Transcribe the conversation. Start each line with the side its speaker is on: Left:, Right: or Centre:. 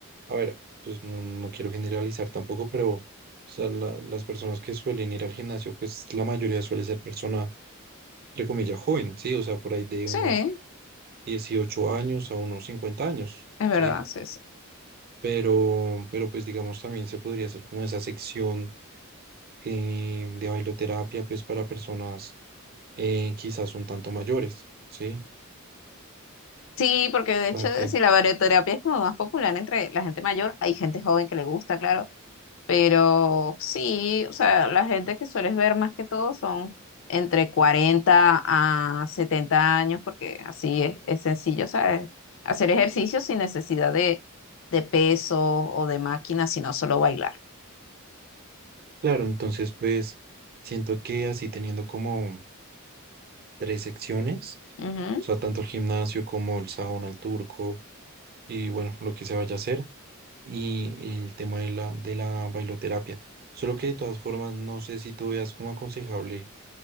Right: a ver, pues no, no quiero generalizar tampoco, pero, o sea, la- las personas que suelen ir al gimnasio, pues la mayoría suele ser persona, entre comillas, joven, sí, o sea, por ahí de
Left: Sí,
Right: unos 18 años a unos 50 años,
Left: es verdad,
Right: ¿sí?
Left: sí sí
Right: Pero, pero pues digamos también se podría hacer como esa sección eh, de bailoterapia pues para personas eh, quizás un tanto mayores, ¿sí?
Left: Sí, porque de
Right: O sea
Left: hecho,
Right: que,
Left: si la barioterapia es como más popular entre la gente mayor, hay gente joven que le gusta, claro, pero sí, o sea, la gente que sueles ver más que todo son entre 40 a 70 años, porque así es, es sencillo, ¿sabes? Hacer ejercicio sin necesidad de, de peso o de máquina, sino solo bailar.
Right: claro, entonces pues siento que así teniendo como tres secciones,
Left: Ujú,
Right: o sea, tanto el gimnasio como el sauna, el turco y bueno, lo que se vaya a hacer y el tema de la, de la bailoterapia. Solo que de todas formas no sé si tú veas como aconsejable